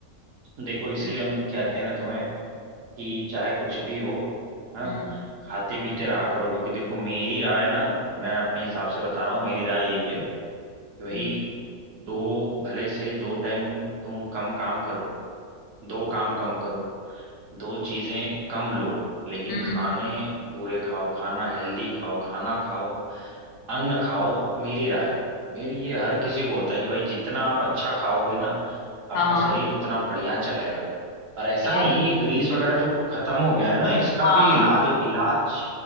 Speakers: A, on the right; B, on the left.
A: देखो इसीलिए
B: हम्म
A: हम कहते हैं ना तुम्हें कि चाहे कुछ भी हो हाँ
B: हम्म
A: खाते पीते रहा करो क्योंकि देखो मेरी राय ना मैं अपने हिसाब से बता रहा हूँ मेरी राय यही है कि भाई
B: हम्म
A: दो भले से दो टाइम तुम कम काम करो दो काम कम करो दो चीजें कम लो लेकिन
B: हम्म,
A: खाने
B: हम्म,
A: पूरे खाओ खाना हेल्दी खाओ खाना खाओ अन्न खाओ मेरी राय मेरी ये हर किसी को होता है कि भाई जितना आप अच्छा खाओगे ना आपका
B: हाँ
A: शरीर हम्म उतना बढ़िया चलेगा पर ऐसा
B: यार
A: नहीं है ये ग्रीस वगैरह जो खत्म हो गया है ना इसका
B: हाँ
A: भी इलाज हो इलाज